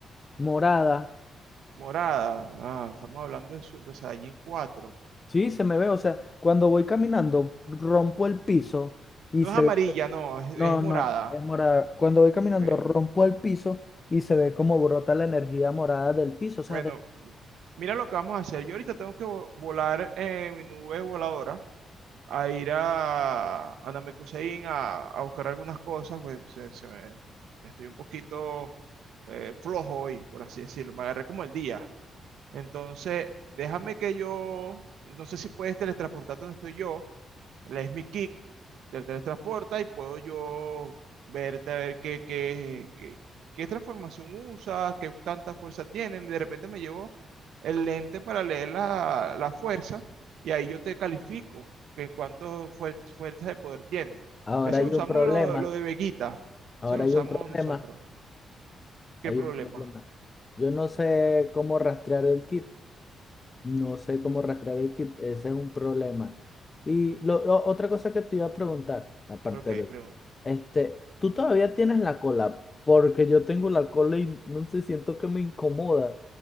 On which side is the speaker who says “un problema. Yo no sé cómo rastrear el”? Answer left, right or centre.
Left